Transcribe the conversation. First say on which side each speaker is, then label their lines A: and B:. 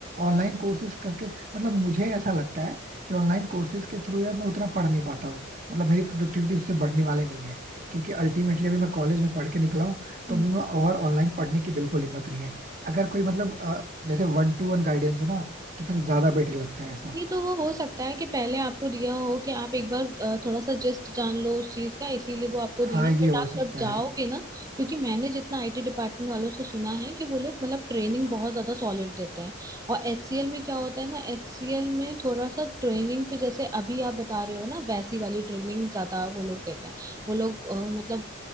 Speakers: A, on the right; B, on the right.
A: ऑनलाइन कोर्सेज करके मतलब मुझे ऐसा लगता है कि ऑनलाइन कोर्सेज के थ्रू यार मैं उतना पढ़ नहीं पाता हूँ मतलब मेरी प्रोडक्टिविटी उससे बढ़ने वाली नहीं है क्योंकि अल्टीमेटली अभी मैं कॉलेज में पढ़ के निकला हूँ तो
B: हम्म।
A: अभी मैं और ऑनलाइन पढ़ने की बिल्कुल हिम्मत नहीं है अगर कोई मतलब अ, जैसे वन टू वन गाइडेंस हो ना तो फिर ज्यादा बेटर लगता है ऐसा
B: नहीं तो वो हो सकता है कि पहले आपको दिया हो कि आप एक बार अ, थोड़ा सा जस्ट जान लो उस चीज का इसीलिए वो आपको दिए
A: हाँ ये
B: बट
A: हो
B: आप
A: सकता
B: जब जाओगे
A: है
B: ना क्योंकि मैंने जितना आईटी डिपार्टमेंट वालों से सुना है कि वो लोग मतलब ट्रेनिंग बहुत ज्यादा सॉलिड देते हैं और एचसीएल में क्या होता है ना एचसीएल में थोड़ा सा ट्रेनिंग पे जैसे अभी आप बता रहे हो ना वैसी वाली ट्रेनिंग ज्यादा वो लोग देते हैं वो लोग अ, मतलब